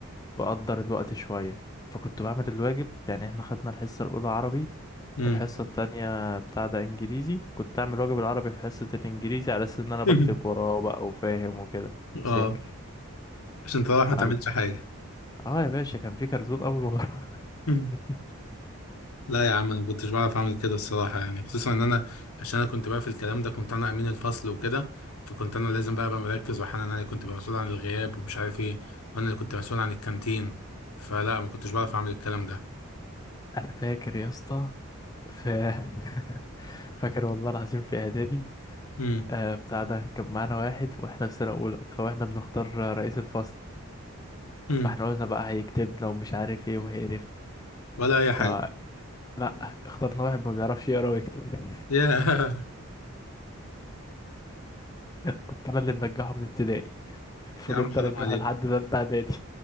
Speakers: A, on the left (about 15°); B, on the left (about 80°).
A: بقدر الوقت شوية فكنت بعمل الواجب يعني احنا خدنا الحصة الأولى عربي
B: مم.
A: الحصة التانية بتاع ده إنجليزي كنت أعمل واجب العربي في حصة الإنجليزي على أساس إن أنا بكتب
B: <laughs>
A: وراه بقى وفاهم وكده مذاكر
B: اه عشان تروح
A: فال...
B: ما تعملش حاجة
A: اه يا باشا كان في كرتون أول
B: <laughs>
A: ما <laughs>
B: لا يا عم انا ما كنتش بعرف اعمل كده الصراحة يعني خصوصا ان انا عشان انا كنت بقى في الكلام ده كنت انا امين الفصل وكده فكنت انا لازم بقى ابقى مركز واحيانا انا اللي كنت ببقى مسؤول عن الغياب ومش عارف ايه وانا اللي كنت مسؤول عن الكانتين فلا ما كنتش بعرف اعمل الكلام ده
A: انا فاكر يا اسطى ف <laughs> فاكر والله العظيم في اعدادي
B: مم.
A: آه بتاع ده كان معانا واحد واحنا في سنه اولى فاحنا بنختار رئيس الفصل
B: مم.
A: فاحنا قلنا بقى هيكتبنا ومش عارف ايه وهيقرفنا
B: ولا اي
A: فلا
B: حاجة
A: اخترنا واحد ما بيعرفش يقرا ويكتب <laughs>
B: <laughs> يا
A: كنت انا اللي منجحه من ابتدائي فضلت
B: يا عم حرام
A: ارجحه
B: عليك
A: لحد تالتة اعدادي